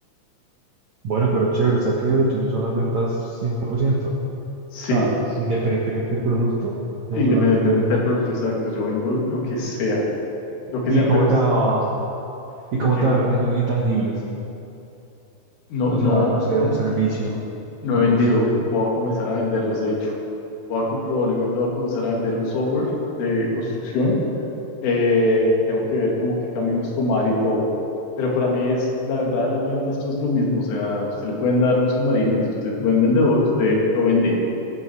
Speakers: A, on the right; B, on the left.
A: Bueno, pero chévere, o sea que lo tuyo son las ventas cien por ciento O
B: Sí,
A: sea, independientemente del producto, no
B: Independientemente
A: solamente motos.
B: del producto exacto, yo vendo lo que sea, lo que
A: ¿Y
B: sea,
A: cómo
B: pero
A: te
B: es-
A: va, y
B: en
A: cómo
B: que
A: te va vendiendo en intangibles?
B: no,
A: O
B: no,
A: sea, no sé,
B: n-
A: un servicio
B: no
A: o
B: he vendido,
A: algo así.
B: voy a comenzar a venderlos, de hecho. Voy a, com- probablemente voy a comenzar a vender un software de construcción. Eh, tengo que ver como qué caminos tomar y todo. Pero para mí es, la verdad, las ventas, todo es lo mismo. O sea, usted le pueden dar un submarino y si usted es buen vendedor, usted lo vende.